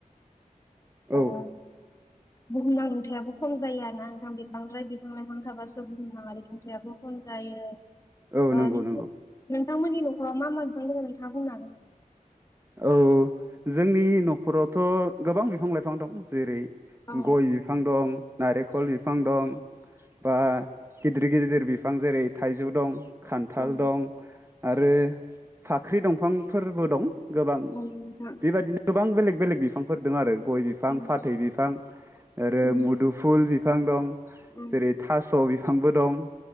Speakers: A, on the right; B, on the left.
A: औ।
B: ओ बुहुमनां दुंथायाबो खम जायो आरो ना नोंथां बिफांनिफ्राय। बिफां लाइफां थाबासो बुहुमनांङारि दुंथायाबो खम जायो।
A: औ
B: ओ
A: नंगौ
B: नोंथां
A: नंगौ।
B: नोंथांमोननि न'खरा मा मा बिफां दोङो नोंथांङा बुंनो हागोन नामा?
A: औ जोंनि न'खरावथ' गोबां बिफां लाइफां दं जेरै
B: औ
A: गय बिफां दं, नारेंखल बिफां दं बा गिदिर गिदिर बिफां जेरै थाइजौ दं, खान्थाल
B: औ
A: दं आरो फाख्रि दंफांफोरबो दं। गोबां
B: औ नोंथां
A: बेबायदिनो गोबां बेलेग बेलेग बिफांफोर दं आरो गय बिफां,
B: उम
A: फाथै बिफां आरो
B: उम
A: मुदुमफुल बिफां दं
B: अ
A: जेरै थास' बिफांबो दं